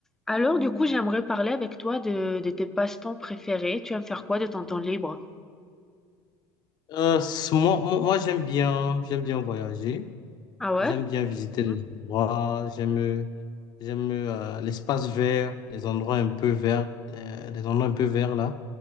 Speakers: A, in the centre; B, on the left.
A: Alors, du coup, j'aimerais parler avec toi de, de tes passe-temps préférés. Tu aimes faire quoi de ton temps libre?
B: Euh, s- moi, moi, moi, j'aime bien, j'aime bien voyager,
A: Ah ouais?
B: j'aime bien visiter les
A: Mhm.
B: endroits, j'aime, j'aime euh, l'espace vert, les endroits un peu verts, euh, les endroits un peu verts là.